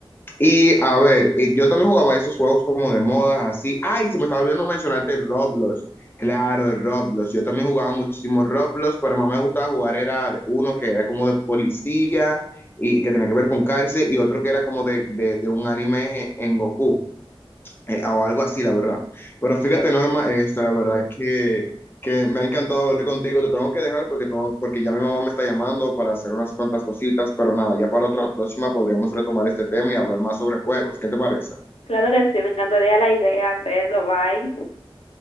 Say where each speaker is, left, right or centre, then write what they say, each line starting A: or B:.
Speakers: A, on the left; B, on the left.
A: Y a ver, eh, yo también jugaba esos juegos como de moda, así. Ay, se me estaba olvidando mencionarte el Roblox. Claro, el Roblox. Yo también jugaba muchísimos Roblox, pero más me gustaba jugar era uno que era como de policía y que tenía que ver con cárcel y otro que era como de, de, de un anime en Goku eh, o algo así, la verdad. Pero fíjate,
B: Ujú.
A: Norma, este, la verdad que, que me ha encantado hablar contigo. Te tengo que dejar porque, tengo- porque ya mi mamá me está llamando para hacer unas cuantas cositas, pero nada, ya para otra próxima podríamos retomar este tema y hablar más sobre juegos. ¿Qué te parece?
B: Claro que sí, me encantaría la idea, pero bye.